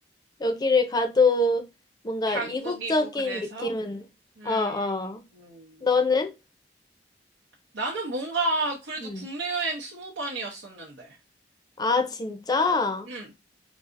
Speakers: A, on the left; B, on the right.
A: 여기를 가도 뭔가
B: 한국이고
A: 이국적인
B: 그래서
A: 느낌은,
B: 음,
A: 어, 어.
B: 음.
A: 너는?
B: 나는 뭔가 그래도
A: 응.
B: 국내 여행 스무 번이었었는데
A: 아, 진짜?
B: 음,